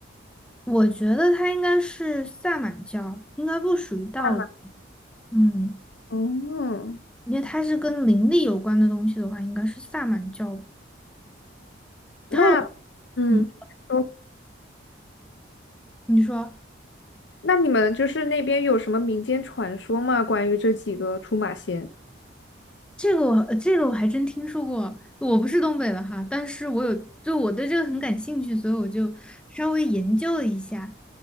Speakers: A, in the centre; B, on the left.
A: 我觉得它应该是萨满教，应该不属于道教。
B: 慢慢
A: 嗯。
B: 哦，
A: 因为它是跟灵力有关的东西的话，应该是萨满教吧
B: 那
A: 然后，
B: 嗯，
A: 嗯，
B: 哦，
A: 你说
B: 那你们就是那边有什么民间传说吗？关于这几个出马仙？
A: 这个我呃这个我还真听说过，我不是东北的哈，但是我有就我对这个很感兴趣，所以我就稍微研究了一下。